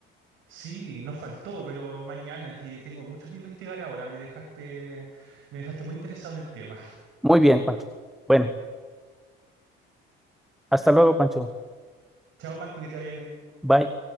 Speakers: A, on the right (about 65°); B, in the centre.
A: Sí, nos faltó, pero mañana que tengo mucho que investigar ahora. Me dejaste, me dejaste muy interesado en el tema.
B: Muy bien, Pancho. Bueno, hasta luego, Pancho.
A: <laughs> Chao, Marco, que te vaya bien.
B: Bye.